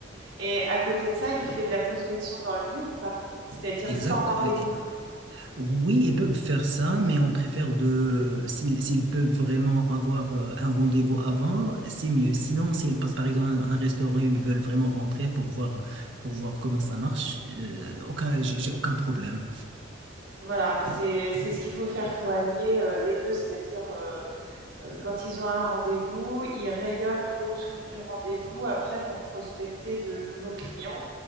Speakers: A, on the right; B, on the right.
A: Et à côté de ça, il fait de la prospection dans le dur ou pas? C'est-à-dire
B: Exact.
A: sans rendez-vous?
B: Euh, euh, Oui, ils peuvent faire ça, mais on préfère de, s'ils, s'ils peuvent vraiment avoir euh, un rendez-vous avant, c'est mieux. Sinon, s'ils passent par exemple à un, restaurant, ils veulent vraiment rentrer pour voir, pour voir comment ça marche, euh, aucun, j'ai j'ai aucun problème.
A: Voilà, bah, c'est c'est ce qu'il faut faire. Faut allier, heu, les 2, c'est-à-dire, heu heu, quand ils ont un rendez-vous, ils rayonnent autour du rendez-vous après pour prospecter de nouveaux clients